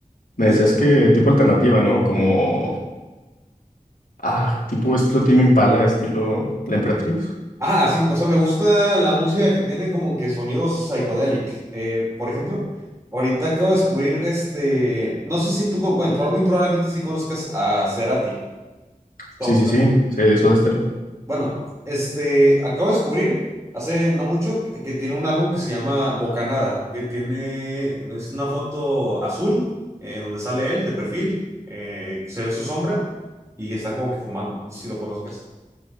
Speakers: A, on the left (about 80°); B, on the right (about 20°).
A: Me
B: Este,
A: decías que tipo alternativa, ¿no? Como, ah, tipo estilo Tame Impala, estilo La Emperatriz.
B: Ajá, sí, o sea, me gusta la música que tiene como que sonidos psicodélicos. por ejemplo, ahorita acabo de descubrir este, no sé si tú, con- bueno, proba- muy probablemente sí conozcas a Cerati. Gustavo
A: Sí, sí,
B: Cerati.
A: sí, sí, eso de estéreo.
B: Bueno, este, acabo de descubrir hace no mucho que que tiene un álbum que se llama Bocanada, que tiene, es una foto azul eh, donde sale él de perfil, eh, se ve su sombra y está como que fumando. No sé si lo conozcas.